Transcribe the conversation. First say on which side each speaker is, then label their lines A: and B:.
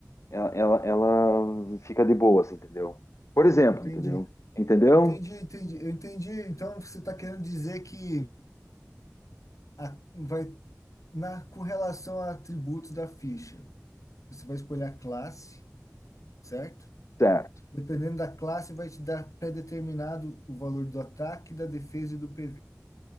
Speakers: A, on the left; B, on the left.
A: Ela, ela, ela fica de boas, entendeu? Por exemplo,
B: Entendi.
A: entendeu? Entendeu?
B: Entendi, entendi. Eu entendi. Então, você está querendo dizer que a- vai, na, com relação a atributos da ficha, você vai escolher a classe, certo?
A: Certo.
B: Dependendo da classe, vai te dar pré-determinado o valor do ataque, da defesa e do PV,